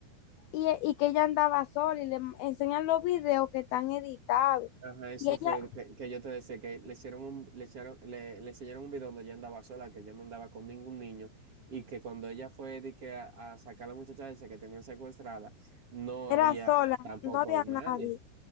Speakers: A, on the left; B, on the right.
A: y, e, y que ella andaba sola y le enseñan los videos que están editados.
B: Ajá, eso
A: Ella
B: fue el que, que yo te decía, que le hicieron un, le echaron, le, le enseñaron un video donde ella andaba sola, que ella no andaba con ningún niño, y que cuando ella fue de que a, a sacar a la muchacha esa que tenían secuestrada, no
A: era
B: había
A: sola,
B: tampoco
A: no había
B: nadie.
A: nadie.